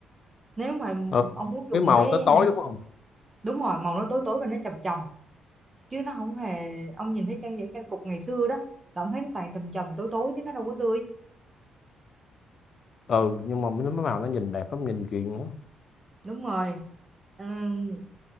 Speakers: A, on the right (about 25°); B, on the left (about 55°).
A: nếu mà
B: ừ.
A: ông muốn dùng
B: mấy màu
A: cái
B: tới tối
A: những cái
B: đúng không
A: đúng rồi màu nó tối tối và nó trầm trầm chứ nó không hề ông nhìn thấy trang những trang phục ngày xưa đó là ông thấy nó toàn trầm trầm tối tối chứ nó đâu có tươi
B: ừ nhưng mà mấy mấy màu nó nhìn đẹp lắm nhìn chuyện lắm
A: đúng rồi Ừm,